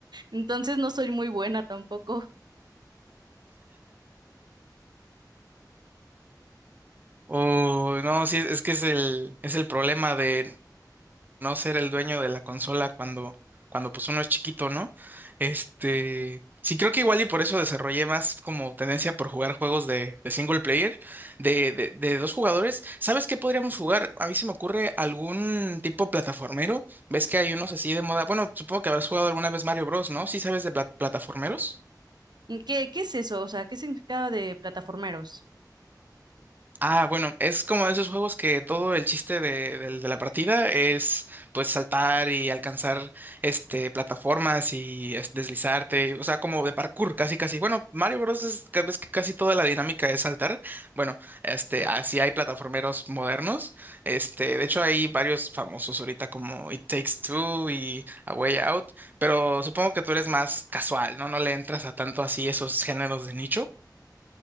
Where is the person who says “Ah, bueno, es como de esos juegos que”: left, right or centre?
Right